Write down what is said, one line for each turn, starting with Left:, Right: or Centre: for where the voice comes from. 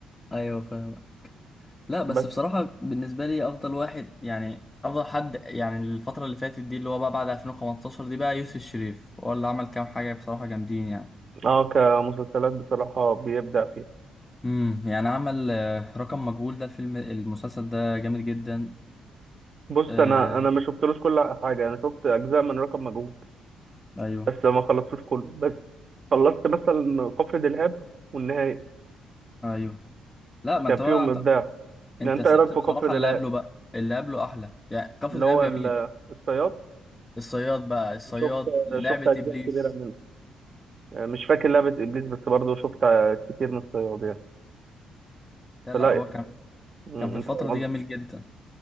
Left: ايوه فاهم لا بس
Right: بس
Left: بصراحه بالنسبه لي افضل واحد يعني افضل حد يعني الفتره اللي فاتت دي اللي هو بقى بعد 2015 دي بقى يوسف الشريف هو اللي عمل كام حاجه بصراحه جامدين يعني
Right: اه كمسلسلات بصراحة بيبدع فيها
Left: امم يعني عمل آه، رقم مجهول ده الفيلم المسلسل ده جامد جدا
Right: بص
Left: آه
Right: انا انا ما شفتلوش كل حاجه انا شفت اجزاء من رقم مجهول
Left: ايوه
Right: بس ما خلصتوش كله بس خلصت مثلا كفر دلهاب والنهايه
Left: ايوه لا ما
Right: كان
Left: انت
Right: فيهم
Left: بقى انت
Right: ابداع
Left: انت
Right: يعني انت
Left: سبت
Right: ايه رايك في
Left: بصراحه
Right: كفر دلهاب
Left: اللي قبله بقى اللي قبله احلى يعني كفر
Right: اللي
Left: دلهاب
Right: هو
Left: جميل
Right: ال- الصياد
Left: الصياد بقى الصياد
Right: شفت
Left: لعبه
Right: شفت اجزاء
Left: ابليس
Right: كبيره منه يعني مش فاكر لعبه ابليس بس برضه شفت كتير من الصياد يعني
Left: لا
Right: فلا
Left: لا
Right: يعني
Left: هو كان
Right: م-
Left: كان في الفترة
Right: م- فاهم قصدي
Left: دي جميل جدا